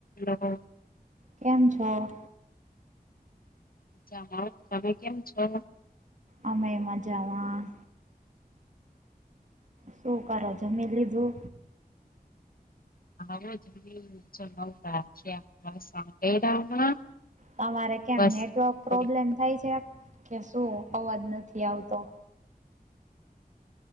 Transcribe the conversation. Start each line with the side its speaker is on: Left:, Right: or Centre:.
Left: લોકો
Right: કેમ છો?
Left: મજામાં હો તમે કેમ છો?
Right: અમે મજામાં શું કરો છો જમી લીધું?
Left: <unintelligible>
Right: તમારે કેમ
Left: બસ
Right: નેટવર્ક
Left: થોડીક
Right: પ્રોબ્લેમ થાય છે કે શું અવાજ નથી આવતો